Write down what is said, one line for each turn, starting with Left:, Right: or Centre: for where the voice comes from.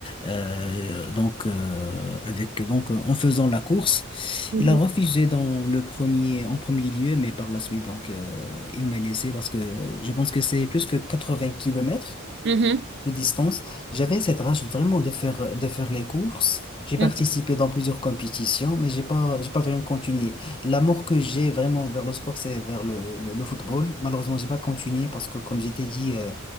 Left: euh, donc euh, avec donc euh, en faisant la course.
Right: Mhm.
Left: Il a refusé dans le premier en premier lieu, mais par la suite donc euh, il m'a laissé parce que je pense que c'est plus que 80 kilomètres
Right: Mhm.
Left: de distance. J'avais cette rage vraiment de faire, de faire les courses. J'ai
Right: Mhm.
Left: participé dans plusieurs compétitions, mais j'ai pas, j'ai pas vraiment continué. L'amour que j'ai vraiment vers le sport, c'est vers le, le, le football. Malheureusement, j'ai pas continué parce que, comme j'étais dit, euh,